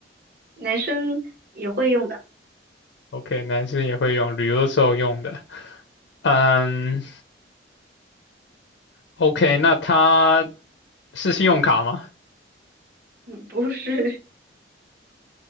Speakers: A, on the right; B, on the left.
A: 男生也会用的，
B: ？OK，男生也会用，旅游的时候用的。嗯，OK，那他是信用卡吗？
A: 嗯，不是，